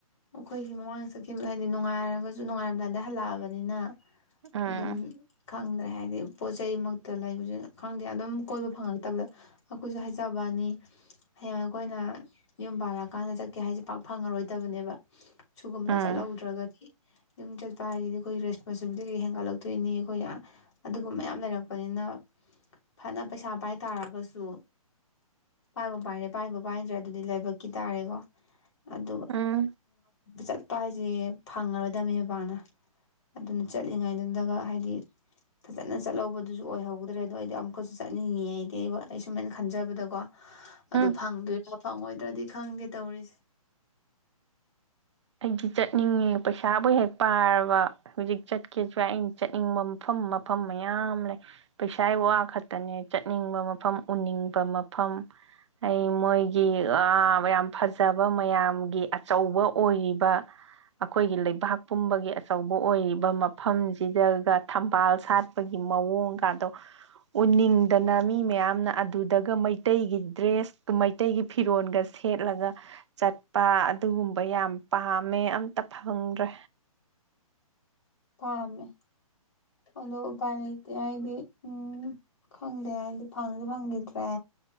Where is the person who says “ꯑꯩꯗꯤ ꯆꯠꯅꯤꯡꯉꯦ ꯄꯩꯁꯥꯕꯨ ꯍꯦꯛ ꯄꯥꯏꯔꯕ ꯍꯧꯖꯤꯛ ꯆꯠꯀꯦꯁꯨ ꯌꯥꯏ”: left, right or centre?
Right